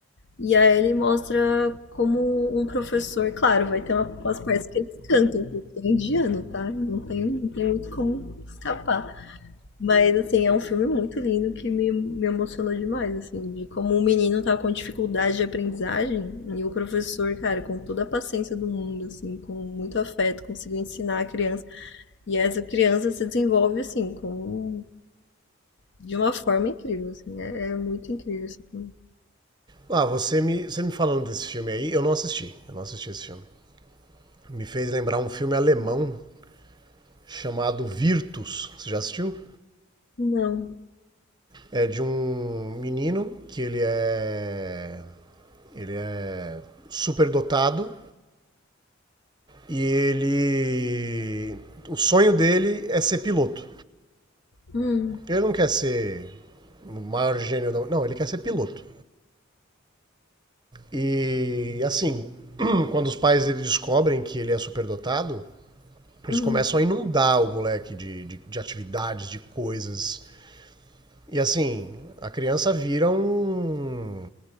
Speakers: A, on the left; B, on the right.
A: E aí ele mostra como um professor, claro, vai ter uma- umas partes que eles cantam, porque é indiano, tá? Não tem, não tem muito como escapar. Mas, assim, é um filme muito lindo que me, me emocionou demais, assim, de como o menino tá com dificuldade de aprendizagem e o professor, cara, com toda a paciência do mundo, assim, com muito afeto, conseguiu ensinar a criança. E essa criança se desenvolve, assim, com, de uma forma incrível, assim, é, é muito incrível esse filme.
B: Ah, você me, você me falando desse filme aí, eu não assisti. Eu não assisti esse filme. Me fez lembrar um filme alemão chamado Virtus. Você já assistiu?
A: Não.
B: É de um menino que ele é. Ele é superdotado E ele. O sonho dele é ser piloto.
A: Hum,
B: Ele não quer ser o maior gênio, não. Não, ele quer ser piloto. E assim, <clears throat> quando os pais dele descobrem que ele é superdotado, eles
A: hum,
B: começam a inundar o moleque de, de, de atividades, de coisas. E assim, a criança vira um.